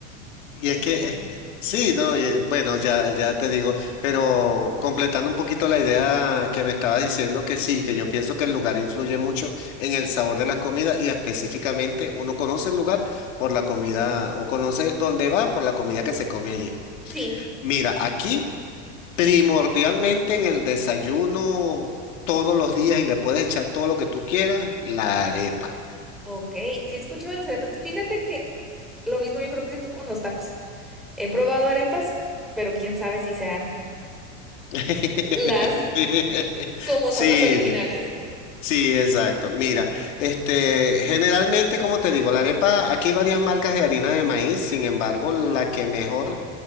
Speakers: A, on the left; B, in the centre.
A: Y
B: que
A: es
B: tienen?
A: que, es que- sí, no, y, eh, bueno, ya, ya te digo, pero completando un poquito la idea que me estabas diciendo, que sí, que yo pienso que el lugar influye mucho en el sabor de las comidas y específicamente uno conoce el lugar por la comida o conoce dónde va por la comida que se come allí.
B: Sí.
A: Mira, aquí primordialmente en el desayuno todos los días y le puedes echar todo lo que tú quieras, la arepa.
B: Ok, sí he escuchado de las arepas. Fíjate que lo mismo yo creo que tú con los tacos. He probado arepas, pero quién sabe si sean
A: <laughs>
B: las <laughs> como
A: Sí,
B: son las originales.
A: sí. Sí, exacto. Mira, este, generalmente, como te digo, la arepa, aquí hay varias marcas de harina de maíz, sin embargo, la que mejor